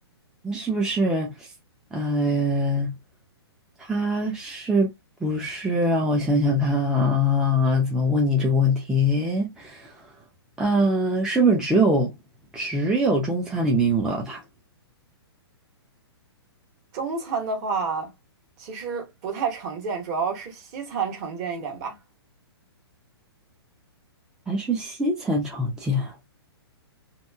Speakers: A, in the centre; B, on the right.
A: 那是不是？呃，它是不是让我想想看啊？怎么问你这个问题？嗯，是不是只有只有中餐里面用到它，
B: 中餐的话其实不太常见，主要是西餐常见一点吧，
A: 还是西餐常见啊？